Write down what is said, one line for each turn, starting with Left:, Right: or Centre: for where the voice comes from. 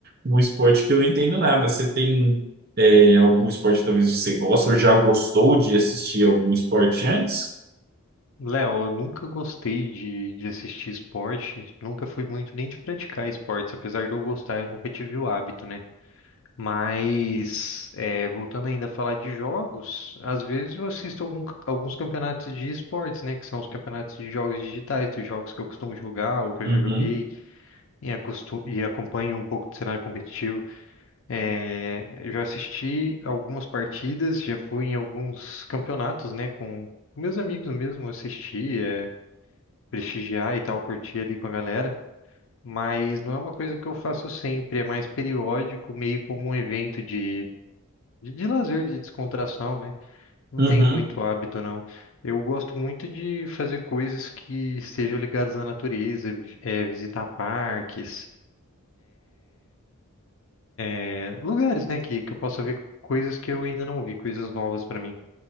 Right: um, um esporte que eu não entendo nada. Você tem é, algum esporte que talvez você gosta ou já gostou de assistir algum esporte antes?
Left: Léo, eu nunca gostei de, de assistir esporte, nunca fui muito nem de praticar esportes, apesar de eu gostar, eu nunca tive o hábito, né? Mas, é, voltando ainda a falar de jogos, às vezes eu assisto algum- alguns campeonatos de esportes, né? Que são os campeonatos de jogos digitais, dos jogos que eu costumo jogar ou que
Right: Uhum,
Left: eu já joguei e, acostu- e acompanho um pouco do cenário competitivo. É, eu já assisti algumas partidas, já fui em alguns campeonatos, né? Com com meus amigos mesmo, assisti. é, prestigiar e tal, curtir ali com a galera, mas não é uma coisa que eu faço sempre, é mais periódico, meio como um evento de, de, de lazer, de descontração, né? Não
Right: uhum.
Left: tenho muito hábito, não. Eu gosto muito de fazer coisas que estejam ligadas à natureza, vi- é, visitar parques, é, lugares, né, que, que eu possa ver coisas que eu ainda não vi, coisas novas para mim.